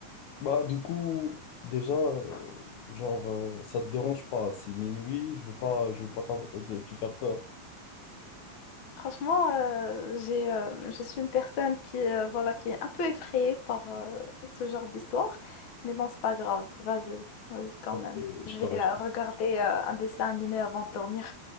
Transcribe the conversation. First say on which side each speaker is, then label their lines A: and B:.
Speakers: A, on the left; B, on the left.
A: Bah, du coup, déjà, euh, genre, euh, ça te dérange pas. Si minuit, je veux pas, je veux pas t'avoir- de te faire peur.
B: Franchement, euh, j'ai, euh, je suis une personne qui, euh, voilà, qui est un peu effrayée par euh, ce genre d'histoire. Mais bon, c'est pas grave. Vas-y, vas-y quand
A: Ok,
B: même.
A: je
B: Je
A: t'aurais,
B: vais
A: <laughs>
B: euh, regarder euh, un dessin animé avant de dormir.